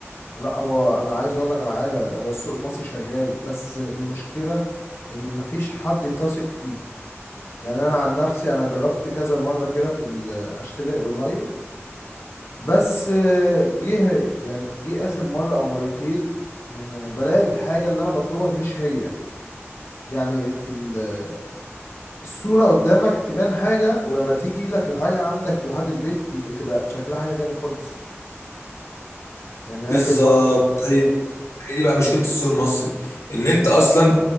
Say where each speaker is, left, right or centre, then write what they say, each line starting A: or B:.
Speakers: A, on the left; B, on the left.
A: لا هو انا عايز اقول لك على حاجه هو السوق المصري شغال بس المشكله ان مفيش حد تثق فيه يعني انا عن نفسي انا جربت كذا مره كده في ال- اشتري اونلاين بس آه، جه يعني جه اخر مره او مرتين إن بلاقي الحاجه اللي انا بطلبها مش هي يعني في ال- الصوره قدامك تبان حاجه ولما تيجي لك الحاجه عندك لحد البيت تيجي تبقى شكلها حاجه تاني خالص يعني
B: بالظبط
A: اخر مره
B: هي دي هي دي بقى مشكله السوق المصري ان انت
A: بز-
B: اصلا